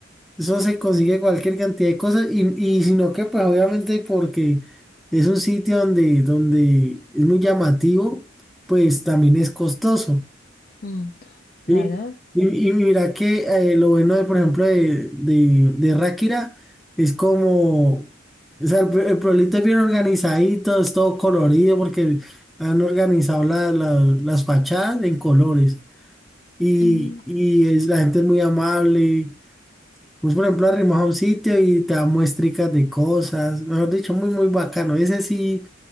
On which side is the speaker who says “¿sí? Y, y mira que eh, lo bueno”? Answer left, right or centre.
Centre